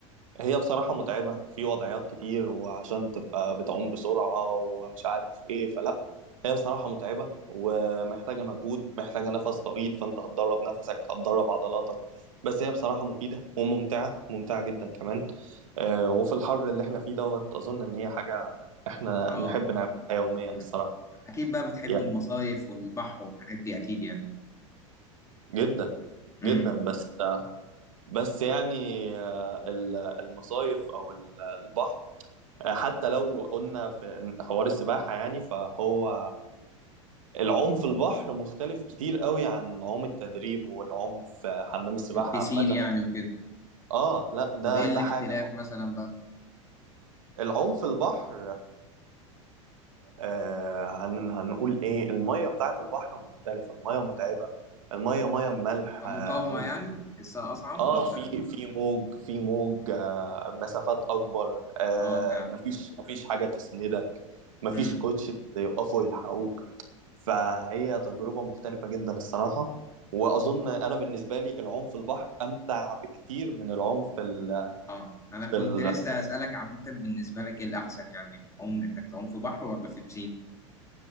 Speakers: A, on the right (about 75°); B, on the left (about 15°).
A: هي بصراحة متعبة في وضعيات كتير وعشان تبقى بتعوم بسرعة ومش عارف ايه فلا هي بصراحة متعبة ومحتاجة مجهود محتاجة نفس طويل فانت هتدرب نفسك هتدرب عضلاتك بس هي بصراحة مفيدة وممتعة ممتعة جدا كمان آه، وفي الحر اللي احنا فيه دوت أظن إن هي حاجة احنا
B: اه
A: نحب نعملها يوميا الصراحة
B: مم. اكيد بقى بتحب
A: يعني
B: المصايف والبحر والحاجات دي اكيد يعني
A: جدا
B: امم
A: جدا بس بس يعني آه، ال- المصايف أو ال- البحر آه، حتى لو قلنا في حوار السباحة يعني فهو العوم في البحر مختلف كتير قوي عن عوم التدريب والعوم في حمام السباحة
B: البيسين
A: عامة
B: يعني وكده
A: اه لا ده
B: طب ايه الاختلاف
A: ده حاجة
B: مثلا بقى
A: العوم في البحر آه هن هنقول ايه المية بتاعت البحر مختلفة المية متعبة المية مية ملح
B: كمقاومه
A: اه مو-
B: يعني لسه اصعب
A: آه،
B: ولا
A: في في موج في موج آه مسافات اكبر آه
B: اه فعلا
A: مفيش مفيش حاجة تسندك مفيش
B: امم
A: كوتش يقفوا يلحقوك فهي تجربة مختلفة جدا الصراحة وأظن أنا بالنسبة لي العوم في البحر أمتع بكتير من العوم في ال...
B: اه انا كنت
A: في ال...
B: لسه هسالك عامه بالنسبه لك ايه الاحسن يعني العوم انك تعوم في بحر ولا في بسين